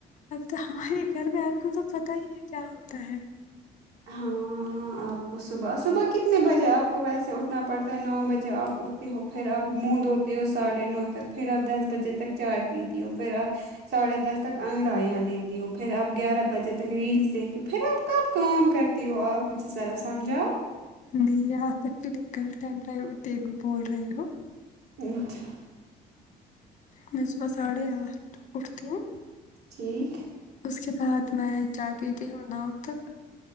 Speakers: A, on the left (about 45°); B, on the right (about 75°).
A: اب تو ہمارے گھر میں آپ کو تو پتہ ہی ہے کیا ہوتا ہے
B: ہاں آپ کو صبح صبح کتنے بجے آپ کو ویسے اٹھنا پڑتا ہے نو بجے آپ اٹھ ہو پھر آپ منہ دھوتے ہو ساڑھے نو تک پھر آپ دس بجے تک چائے پیتی ہو پھر آپ ساڑھے دس تک انگڑائیاں لیتی ہو پھر آپ گیارہ بجے تک ریلس دیکھتی ہو پھر آپ کب کام کر تی ہو آپ مجھے ذرا سمجھاؤ
A: جی آپ کر کے گلت ٹائم ٹیبل بول رہے ہو
B: ہمم اچھا
A: میں صبح ساڑھے آٹھ اٹھتی ہوں
B: ٹھیک
A: اس کے بعد میں چائے پیتی ہوں نؤ تک